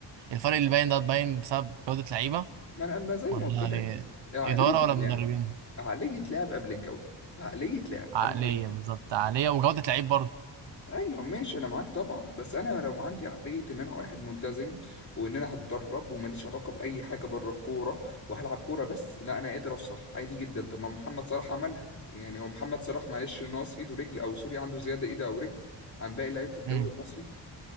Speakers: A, on the right (about 75°); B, on the left (about 40°).
A: الفرق اللي باين ده باين بسبب جوده لعيبه
B: ما انا ما زي
A: ولا
B: ما قلت لك عقليه
A: اداره ولا
B: لعب
A: مدربين
B: عقليه لعب قبل الجوده عقليه لعب
A: عقليه
B: انا
A: بالظبط عقليه وجوده لعيب برضه
B: ايوه ماشي انا معاك طبعا بس انا لو عندي عقليه ان انا واحد ملتزم وان انا هتدرب وماليش علاقه باي حاجه بره الكوره وهلعب كوره بس لا انا قادر اوصل عادي جدا طب ما محمد صلاح عملها يعني هو محمد صلاح معلش ناقص ايد ورجل او سوري عنده زياده ايد او رجل عن باقي لعيبه الدوري
A: امم
B: المصري